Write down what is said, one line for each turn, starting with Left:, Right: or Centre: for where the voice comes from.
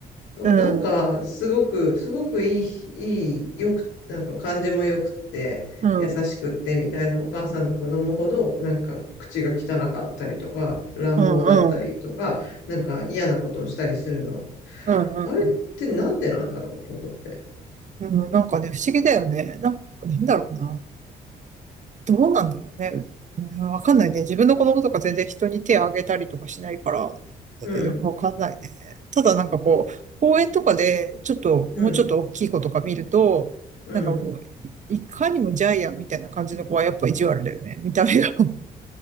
Left: そう、
Right: うん、
Left: なんか、すごく、すごくいい、いい、よく、なんか感じもよくって、
Right: うん、
Left: 優しくってみたいなお母さんの子供ほど、
Right: うん、
Left: なんか口が汚かったりとか、乱暴だったりとか、
Right: うん、うん、
Left: なんか嫌なことをしたりするの。
Right: うん、
Left: あれってなんでなんだろうと思って。
Right: うん、うんなんかね、不思議だよね。なんか、なんだろうな。どうなんだろうね。うんわかんないね。自分の子供とか全然人に手を挙げたりとかしないから、
Left: うん、
Right: よくわかんないね。ただなんかこう、公園とかで、ちょっと、
Left: うん、
Right: もうちょっと大きい子とか見ると、
Left: うん。
Right: なんかもう、いいかにもジャイアンみたいな感じの子はやっぱ意地悪だよね。見た目が。